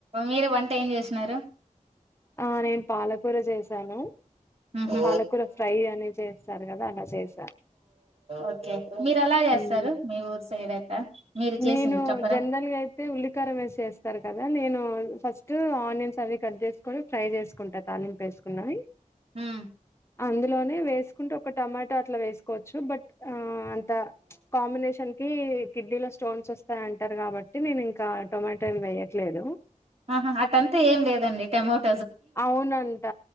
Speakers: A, on the right; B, on the left.
A: మీరు వంట ఏం చేసినారు
B: ఆ నేను పాలకూర జెసాను
A: ఉహు
B: పాలకూర ఫ్రై అని చెస్ సరే కద అండ్ చేస్
A: ఓకే మీరు ఎలా చేస్తారు
B: హ్మ్
A: మీ ఊరు సైడ్ అట్ట మీరు చేసింది
B: నేను
A: చెప్పరా
B: జనరల్ గా అయితే ఉల్లికారం వేసి చేస్తరు కదా నేను ఫస్ట్ ఆనియన్స్ అవి కట్ జెస్ కొని ఫ్రై చేసుకుంట తాలింపు వేసుకున్నవి
A: హ్మ్
B: అందులోనే వేసుకుంటే ఒక టమాట్ ట అట్ల వేసుకోవచ్చు బట్ ఆ అం త్త ప్చ్ కాంబినేషన్ కీ కిడ్నీలో స్టోన్స్ వస్తాయంటారు కాబట్టి నేను ఇంకా టొమాటోల్ వేయట్లేదు
A: అహా హా అటంతా ఏం లేదండి టమోట్
B: అవునంట